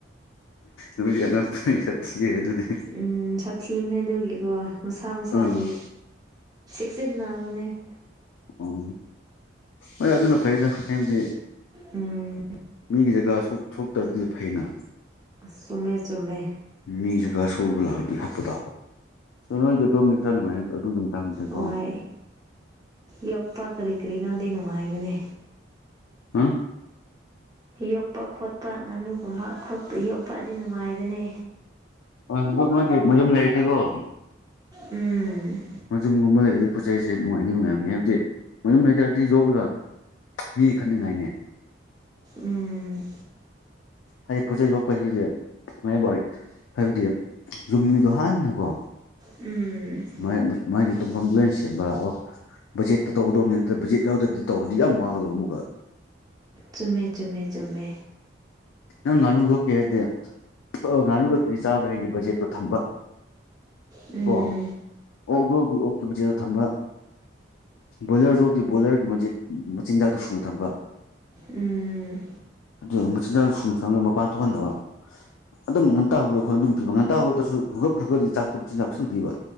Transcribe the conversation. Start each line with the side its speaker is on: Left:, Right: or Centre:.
Left: ꯅꯣꯏꯗꯤ ꯑꯉꯛꯄꯅꯦ ꯁꯠ ꯊꯤ ꯑꯗꯨꯗꯤ
Right: ꯎꯝ ꯁꯥ ꯊꯤꯕꯅꯦ ꯑꯗꯨꯒꯤꯀꯣ ꯃꯁꯥ ꯃꯁꯥꯒꯤ
Left: ꯑꯥ
Right: ꯆꯤꯟꯅꯕꯅꯦ
Left: ꯎꯝ ꯍꯣꯏ ꯑꯗꯨꯅ ꯐꯩꯗꯥ ꯍꯥꯏꯕꯗꯤ
Right: ꯎꯝ
Left: ꯃꯤꯒꯤ ꯖꯒꯥ ꯁꯣꯛ ꯊꯣꯛꯇ꯭ꯔꯥꯗꯤ ꯐꯩꯅ
Right: ꯁꯨꯝꯃꯦ ꯆꯨꯝꯃꯦ
Left: ꯃꯤ ꯖꯒꯥ ꯁꯣꯛꯂꯕ ꯂꯥꯛꯑꯗꯤ ꯍꯠꯄ ꯇꯥꯕ ꯑꯗꯣ ꯅꯣꯏꯗꯤ ꯑꯗꯣꯝꯗꯤ ꯈꯔ ꯅꯨꯉꯥꯏꯅ ꯑꯗꯨꯒꯤ ꯃꯇꯥꯡꯗꯥꯀꯣ
Right: ꯍꯣꯏ ꯌꯣꯛꯄ ꯀꯔꯤ ꯀꯔꯤꯅꯣꯗꯤ ꯅꯨꯡꯉꯥꯏꯕꯅꯦ
Left: ꯍꯥ
Right: ꯌꯣꯛꯄ ꯈꯣꯠꯄ ꯉꯥꯅꯨꯒꯨꯝꯕ ꯈꯣꯠꯄ ꯌꯣꯛꯄ ꯑꯗꯤ ꯅꯨꯡꯉꯥꯏꯕꯅꯦ
Left: ꯍꯣꯏ ꯍꯨꯏꯗꯣ ꯃꯥꯒꯤ ꯃꯌꯨꯝ ꯂꯩꯔꯥꯗꯤꯀꯣ
Right: ꯎꯝ
Left: ꯃꯆꯨꯝꯒꯨꯝꯕ ꯂꯩꯔꯗꯤ ꯄꯣꯠ ꯆꯩꯁꯦ ꯅꯨꯡꯉꯥꯏꯗꯤ ꯅꯨꯡꯉꯥꯏꯕꯅꯤ ꯍꯥꯏꯕꯗꯤ ꯃꯌꯨꯝ ꯂꯩꯇꯔꯥꯗꯤ ꯌꯣꯛꯂꯒꯥ ꯃꯤ ꯈꯠꯅꯤꯡꯉꯥꯏꯅꯦ
Right: ꯎꯝ
Left: ꯍꯥꯏꯗꯤ ꯄꯣꯠ ꯆꯩ ꯌꯣꯛꯄ ꯍꯨꯏꯖꯦ <unintelligible> ꯍꯥꯏꯕꯗꯤ ꯌꯨꯝꯒꯤꯗꯣ ꯍꯥꯟꯅꯀꯣ
Right: ꯎꯝ
Left: ꯃꯥꯏ ꯃꯥꯒꯤ ꯇꯨꯝꯐꯝꯗꯨ ꯂꯣꯏꯅ ꯁꯦꯝꯕ ꯑꯣ ꯕꯖꯦꯠꯇ ꯇꯧꯒꯗꯕꯅꯤ ꯅꯠꯇ꯭ꯔ ꯕꯖꯦꯠ ꯌꯥꯎꯗ꯭ꯔꯗꯤ ꯇꯧꯔꯗꯤ ꯌꯥꯝ ꯋꯥꯒꯗꯕ ꯑꯃꯨꯛꯀ
Right: ꯆꯨꯝꯃꯦ ꯆꯨꯝꯃꯦ ꯆꯨꯝꯃꯦ
Left: ꯅꯪ ꯉꯥꯅꯨ ꯊꯣꯛꯀꯦ ꯍꯥꯏꯔꯗꯤꯦ ꯉꯥꯅꯨꯒ ꯀꯔꯤ ꯆꯥꯕ꯭ꯔꯥ ꯍꯥꯏꯒꯦ ꯕꯖꯦꯠꯇꯣ ꯊꯝꯕ
Right: ꯎꯝ
Left: ꯑꯣ ꯑꯣꯗꯤ ꯑꯣꯗꯤ ꯑꯣꯈꯤꯕ ꯃꯆꯦꯗ ꯊꯝꯕ ꯕꯣꯏꯂꯔꯁꯨ ꯍꯧꯗꯤ ꯕꯣꯏꯂꯔꯒꯤ ꯃꯆ ꯃꯆꯤꯟꯖꯥꯛꯇꯣ ꯁꯨꯅ ꯊꯝꯕ
Right: ꯎꯝ
Left: ꯑꯗꯨ ꯃꯆꯤꯟꯖꯥꯛ ꯁꯨꯅ ꯊꯝꯃ ꯃꯄꯥꯟ ꯊꯣꯛꯍꯟꯗꯕ ꯑꯗꯨꯝ ꯉꯟꯇꯥ ꯍꯧꯒꯂꯛ ꯑꯩꯈꯣꯏ ꯑꯗꯨꯝ ꯄꯕ ꯉꯟꯇꯥ ꯍꯧꯂꯛꯇ꯭ꯔꯁꯨ ꯍꯨꯒꯞ ꯍꯨꯛꯠꯗꯤ ꯆꯥꯛ ꯇꯨꯝ ꯆꯤꯟ ꯆꯥꯎꯁꯤꯟꯕꯤꯕ